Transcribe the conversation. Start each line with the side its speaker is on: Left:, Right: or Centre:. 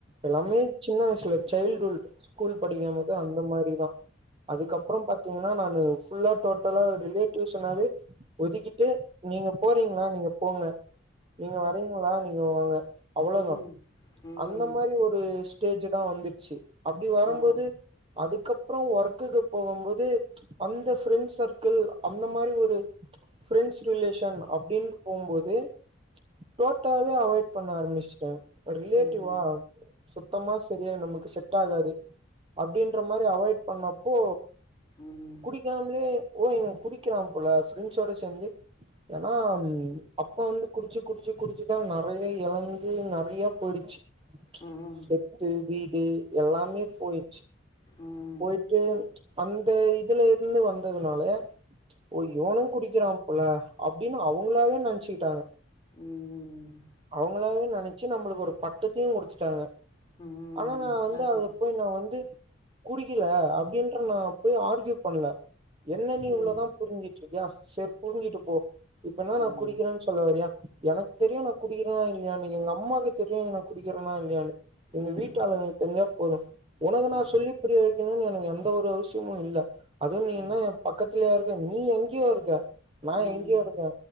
Right: எல்லாமே சின்ன வய்சுல சைல்டுஹுட் ஸ்கூல் படிக்குமோது அந்த மாரிதா அதுக்கப்பறம் பாத்தீங்கன்னா நானு ஃபுல்லா டோட்டலா ரிலேட்டிவ்ஸ்னாவே ஒதுக்கிட்டு நீங்க போறீங்ளா நீங்க போங்க நீங்க வரீங்களா நீங்க வாங்க அவ்வளதா
Left: ம், ம்,
Right: அந்த
Left: ம்,
Right: மாரி ஒரு ஸ்டேஜ் தா வந்துருச்சு அப்படி வரம்போது
Left: ஓ ம்
Right: அதுக்கப்பறோ ஒர்க்குக்கு போகும்போது அந்த ஃபிரெண்ஸ் சர்க்கிள் அந்த மாரி ஒரு ப்ரெண்ட்ஸ் ரிலேஷன் அப்படின்னு போம்போது டோட்டலாவே அவாய்ட் பண்ண ஆரம்பிச்சட்டே ரிலேட்டிவா
Left: ம்
Right: சுத்தமா சரியா நமக்கு செட் ஆகாது அப்படின்ற மா மாரி அவாய்ட் பண்ணப்போ
Left: ம்
Right: குடிக்காமலே ஓ இவ குடிக்கிறா போல ப்ரெண்ட்ஸோட சேந்து ஏன்னா அப்பா வந்து குடிச்சு குடிச்சு குடிச்சுதா நெறைய எழந்து நெறைய போயிட்ச்சு
Left: ம்
Right: சொத்து வீடு எல்லாமே போய்
Left: ம்
Right: போய்ட்டு அந்த இதுல இருந்து வந்ததுனால ஓ இவனு குடிக்கிறா போல அப்படின்னு அவங்களாவே நெனைச்சுக்கிட்டாங்க
Left: ம்
Right: அவங்களாவே நெனைச்சு நம்மளுக்கு ஒரு பட்டத்தையு குடுத்துட்டாங்க
Left: ம்
Right: ஆனா நா வந்து
Left: அது
Right: அதுல போய் நா வந்து குடிக்கில அப்டின்ட்க்ஷு நான் போய் ஆர்க்யூ பண்ல என்ன நீ
Left: ம்
Right: இவ்ளோதா புரிஞ்சிட்ருக்கியா சரி புரிஞ்சுட்டு போ இப்ப என்னா நா
Left: ம்
Right: குதிக்கனு சொல்ல வறியா எனக்கு தெரியு நா குடிக்கிறனா இல்லையானு எங்க அம்மாவுக்கு தெரியு நா குடிக்கிறனா இல்லையானனு எங்க
Left: ம்
Right: வீட்டாளுகளுக்கு தெரிஞ்சா போது உனக்கு நா
Left: ம்
Right: சொல்லி புரிய வக்கணும்ன்னு எனக்கு எந்த ஒரு அவசியமு இல்ல அதுவு நீ
Left: கண்டிப்பா
Right: என்ன என் பக்கத்துலயா இருக்க நீ எங்க்யோ இருக்க நா
Left: ம்
Right: எங்கேயோ இருக்கே